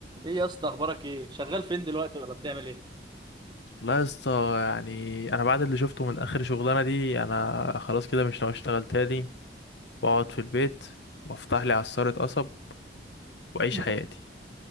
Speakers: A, on the right; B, on the left.
A: ايه يا اسطى اخبارك ايه شغال فين دلوقتي ولا بتعمل ايه
B: لا يا اسطى يعني انا بعد اللي شفته من اخر شغلانه دي انا خلاص كده مش ناوي اشتغل تاني واقعد في البيت وافتح لي عصاره قصب واعيش
A: <laughs>
B: حياتي